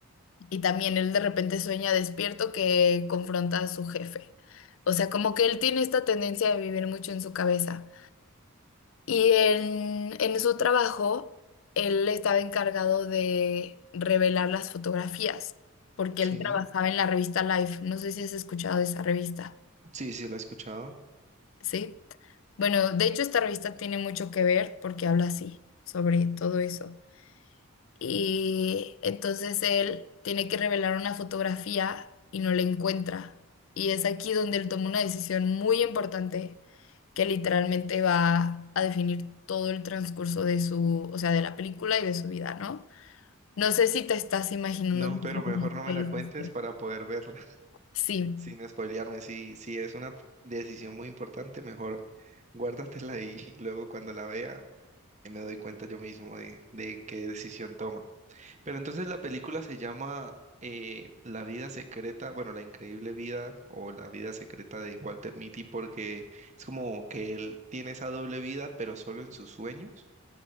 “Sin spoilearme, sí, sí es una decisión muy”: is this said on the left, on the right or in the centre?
Right